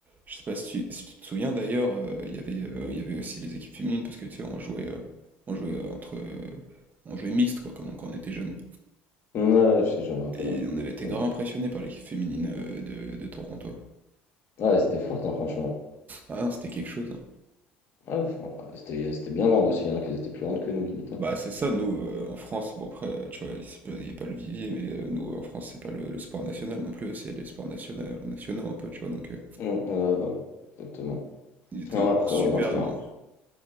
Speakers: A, on the right (about 35°); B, on the left (about 50°).
A: je sais pas si tu, si tu te souviens d'ailleurs, euh, il y avait, euh, il y avait aussi les équipes féminines, parce que tu sais, on jouait, euh, on jouait euh, entre... euh, On jouait mixte, quoi, comme quand on était jeune.
B: Ouais, ouais, je sais, je me rappelle.
A: Et
B: Ouais,
A: on avait été
B: Exact.
A: grave impressionnés par l'équipe féminine euh, de, de Toronto.
B: Ouais, c'était forte, hein, franchement.
A: Ah, c'était quelque chose. hein.
B: Ouais, fran- ouais, c'était c'était bien grande aussi, il y en a qui étaient plus grandes que nous, limite. hein.
A: Bah, c'est ça, nous, euh, en France, bon après, euh, tu vois, c'est pas- il n'y a pas le vivier, mais euh, nous, en France, c'est pas le, le sport national non plus, c'est les sports nationaux, nationaux un peu, tu vois, donc euh,
B: Hum, ouais, bah, exactement.
A: ils étaient
B: Non, après,
A: super
B: ouais, non, je me
A: grands.
B: rappelle.